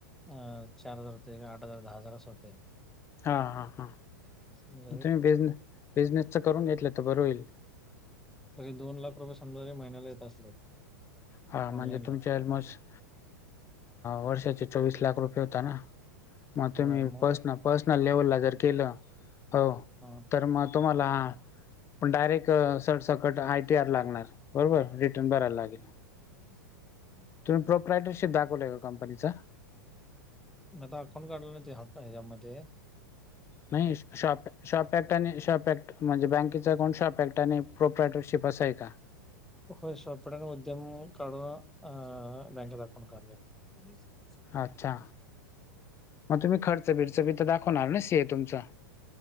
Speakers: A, in the centre; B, on the left (about 25°).
A: अ चार हजार होते आठ हजार दहा हजार अस होते
B: हां हां हां
A: म
B: तुम्ही बिझने बिझनेसचं करून घेतलं तर बरं होईल
A: तरी दोन लाख रुपये समजाे महिन्याला येत असले
B: हा म्हणजे
A: ऑनलाईनला
B: तुमचे ऑलमोस्ट वर्षाचे चोवीस लाख रुपये होता ना मग
A: होय
B: तुम्ही
A: मग
B: पसन पर्सनल लेवलला जर केलं हो
A: हा
B: तर मग तुम्हाला डायरेक्ट सरसकट आयटीआर लागणार बरोबर रिटर्न भरायला लागेल
A: च कुश आहे
B: तुम्ही प्रोपरायटरशिप दाखवलं का कंपनीचा
A: मता कोण काढ हॉ हच्यामध्ये
B: नाही शॉप शॉपॅक्ट आणि शॉपॅक्ट. म्हणजे बँकेच अकाउं शॉपेक्ट आणि प्रोपेटरशिप असं आहे का
A: हो सपट्याने उद्यम काढून अ बँकेत अकाउून काढूया त सर
B: अच्छा मग तुम्ही खर्च बिरच बी तर दाखवणार ना सी तुमचं